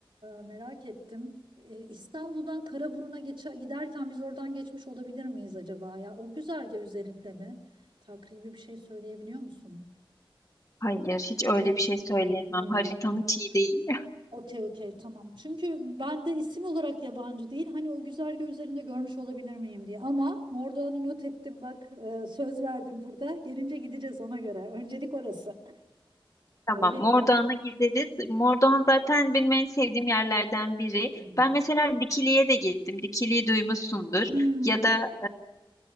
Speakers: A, on the right (about 70°); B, on the left (about 40°).
A: e, merak ettim. E, İstanbul'dan Karaburun'a geçe- giderken biz oradan geçmiş olabilir miyiz acaba? Ya o güzergah üzerinde mi? Takribi bir şey söyleyebiliyor musun?
B: Hayır, hiç öyle
A: Değil.
B: bir şey söyleyemem.
A: Hmm.
B: Haritam hiç iyi değil. <laughs>
A: Okey okey tamam. Çünkü ben de isim olarak yabancı değil. Hani o güzergah üzerinde görmüş olabilir miyim diye. Ama Mordoğan'ı not ettim bak e, söz verdim burada. Gelince gideceğiz ona göre. Öncelik orası.
B: Tamam,
A: Öyle yapalım.
B: Mordoğan'a gideriz. Mordoğan zaten benim en sevdiğim yerlerden biri.
A: Hmm.
B: Ben mesela Dikili'ye de gittim. Dikili'yi duymuşsundur.
A: Hmm.
B: Ya da